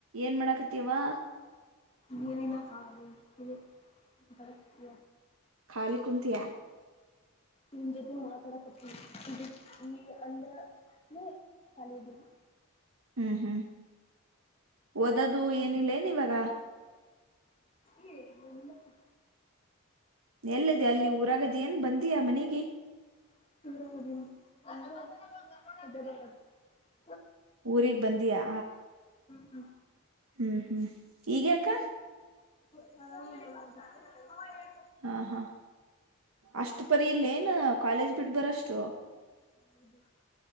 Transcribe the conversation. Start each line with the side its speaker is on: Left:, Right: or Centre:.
Right: ಏನ್ ಮಾಡಾಕತ್ತೀವಾ
Left: ನಿನಗ <unintelligible> <unintelligible>
Right: ಖಾಲಿ ಕುಂತ್ಯ?
Left: ನಿಮ್ ಜೊತೆ ಮಾತಾಡಕ್ಕತ್ತೀನಿ ಇದ ಈ ಅಂದ್ರೆ ಏ ಖಾಲಿ ಇದೀನಿ.
Right: ಹ್ಮ್ ಹ್ಮ್ ಓದೋದು ಏನಿಲ್ಲೇನ್ ಇವಾಗ?
Left: ಏ ಇಲ್ಲ ಇಲ್ಲಪಾ
Right: ಎಲ್ಲಿದಿಯಾ ಅಲ್ ಊರಾಗ್ ಅದ್ದೀಯೇನ್? ಬಂದ್ಯಾ ಮನೆಗೆ?
Left: <inaudible>
Right: ಊರಿಗ್ ಬಂದ್ಯಾ?
Left: ಹ್ಮ್
Right: ಹ್ಮ್ ಹ್ಮ್ ಈಗ ಅಕ್ಕ?
Left: <inaudible>
Right: ಹಾಂ ಹಾಂ ಅಷ್ಟ್ ಪರಿ ಇಲ್ಲೇನು? ಕಾಲೇಜ್ ಬಿಟ್ ಬರೋಷ್ಟು
Left: ಹೌದು